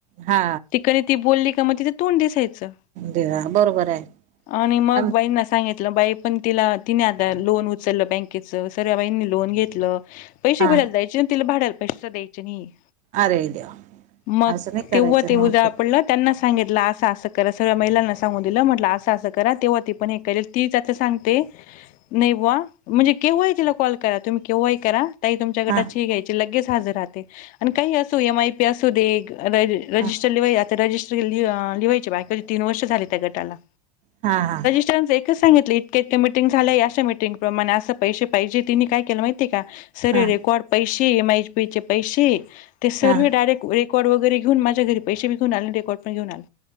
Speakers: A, on the right; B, on the left.
A: हा
B: ती बोलली का मं तिचं तोंड दिसायचं,
A: देवा बरोबर आहे
B: आणि मग
A: आम
B: बाई ना सांगितलं बाई पण तिला तिने आता लोन उचललं बँक सर्व बाईनी लोन घेतलं, पैसे
A: हा
B: भरायला जायचे, न्स तिला भाड्याला पैसे सुद्धा पैशाच द्यायचे नाही
A: अरे देवा
B: मग
A: असं नाही करायचं
B: तेव्हा ते
A: नाही
B: उद्या
A: होते
B: पडला, त्यांना सांगितलं आज अस असं करा सगळ्या महीला ना सांगून दिलं म्हटलं असं असं करा तेव्हा ती पण हे तीचच सांगते. नाही बुवा म्हणजे केव्हा तिला कॉल करा तुम्ही केव्हा ही करा. ताई तुमच्या गटाची
A: हा
B: ही घ्यायची लगेच हजर राहते. आणी काहीही असू एम आय पी असू दे रजिस्टर
A: हा
B: लिवाय आता रजिस्टर लि लिवायचे बाय कधी तीन वर्ष झाले त्या गटाला.
A: हा हा
B: एकच सांगितलं इतक्या इतक्या झाल्याय अशा मिटिंग प्रमाणे असं पैसे पाहिजे तिने काय केलं माहितीय का? सर्व
A: हा
B: रेकॉर्ड पैसे एम आयच पी चे पैसे ते सर्व
A: हा
B: डायरेक्ट रेकॉड वगैरेऊन घेऊन माझ्या घरी पैसे बी घेउन आणि रेकॉर्ड घेऊ न.